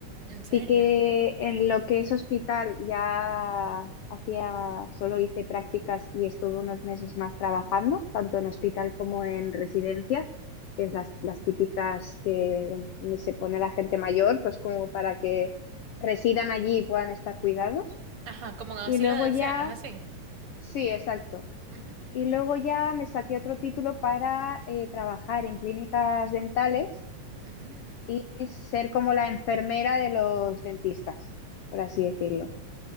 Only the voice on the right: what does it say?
¿En serio?
Ajá, como en asilo
de ancianos,
así.
Ujú,
ujú.